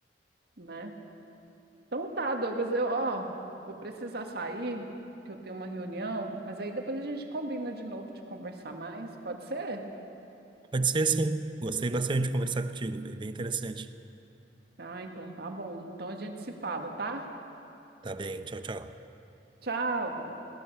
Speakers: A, on the right (about 60°); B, on the right (about 25°).
A: né? Então tá, Douglas, eu, ó, vou precisar sair, que eu tenho uma reunião, mas aí depois a gente combina de novo de conversar mais, pode ser?
B: Pode ser, sim. Gostei bastante de conversar contigo, bem bem interessante.
A: Ah, então tá bom. Então a gente se fala, tá?
B: Tá bem, tchau, tchau.
A: Tchau, Douglas.